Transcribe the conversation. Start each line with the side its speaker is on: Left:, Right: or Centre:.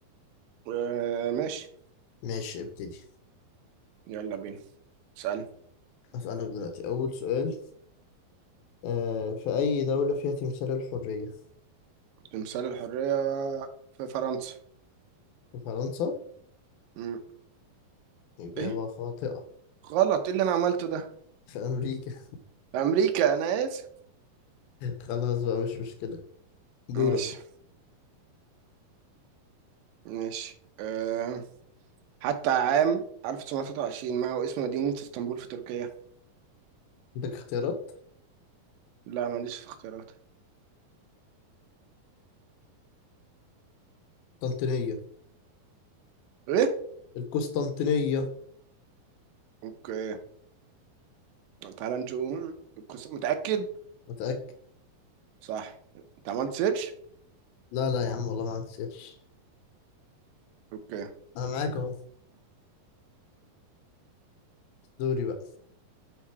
Right: أه ماشي
Left: ماشي ابتدي
Right: يلا بينا اسال
Left: اسالك دلوقتي اول سؤال آه في اي دوله فيها تمثال الحريه
Right: تمثال الحرية في فرنسا
Left: في فرنسا
Right: مم.
Left: اجابه
Right: ايه
Left: خاطئه
Right: غلط ايه اللي انا عملته ده
Left: في امريكا <laughs>
Right: امريكا انا اسف
Left: خلاص بقى مش مشكله دورك
Right: ماشي ماشي أه حتى عام 1923 ما هو اسم مدينة اسطنبول في تركيا
Left: عندك اختيارات
Right: لا ما عنديش اختيارات
Left: قسطنطينيه
Right: ايه
Left: القسطنطينيه
Right: اوكي تعال نشوف الكس- متأكد
Left: متاكد
Right: صح انت عملت سيرش
Left: لا لا يا عم والله ما عندي سيرش
Right: اوكي
Left: انا معاك اهو دوري بقى